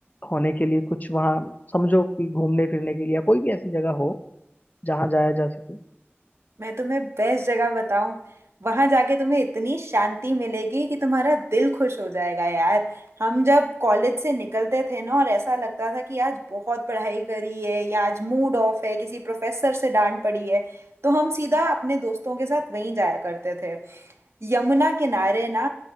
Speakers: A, on the left; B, on the right.
A: होने के लिए कुछ वहाँ समझो कि घूमने फिरने के लिए या कोई भी ऐसी जगह हो जहाँ जाया जा सके
B: मैं तुम्हें बेस्ट जगह बताऊं वहां जाके तुम्हें इतनी शांति मिलेगी कि तुम्हारा दिल खुश हो जाएगा यार हम जब कॉलेज से निकलते थे ना और ऐसा लगता था कि आज बहुत पढ़ाई करी है या आज मूड ऑफ है किसी प्रोफेसर से डांट पड़ी है तो हम सीधा अपने दोस्तों के साथ वहीं जाया करते थे यमुना किनारे ना